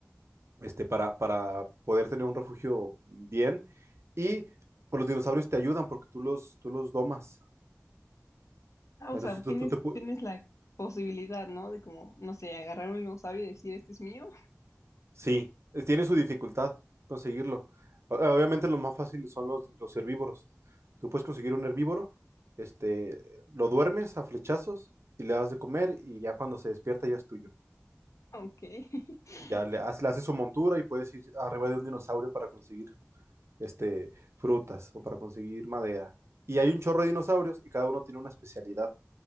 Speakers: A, on the right; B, on the left.
A: este, para, para poder tener un refugio bien. Y pues, los dinosaurios te ayudan porque tú los, tú los domas.
B: Ah,
A: Entonces
B: o sea, tienes,
A: tú, tú- tú te, pu-
B: tienes la posibilidad, ¿no? De como, no sé, agarrar un dinosaurio y decir, este es mío.
A: Sí, eh, tiene su dificultad conseguirlo. O- eh, Obviamente los más fáciles son los, los herbívoros. Tú puedes conseguir un herbívoro, este, lo duermes a flechazos y le das de comer y ya cuando se despierta ya es tuyo.
B: <laughs> Ok. <laughs>
A: Y Ya le, haces- le haces su montura y puedes ir arriba de un dinosaurio para conseguir este, frutas o para conseguir madera. Y hay un chorro de dinosaurios y cada uno tiene una especialidad.